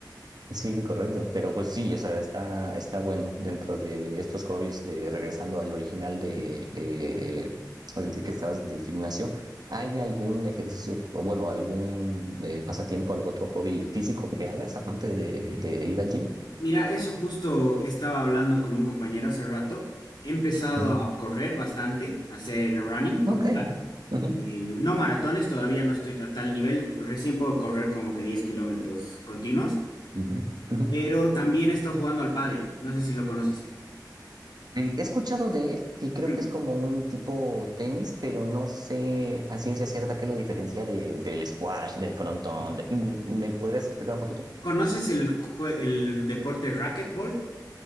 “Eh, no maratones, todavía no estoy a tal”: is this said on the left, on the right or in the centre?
Left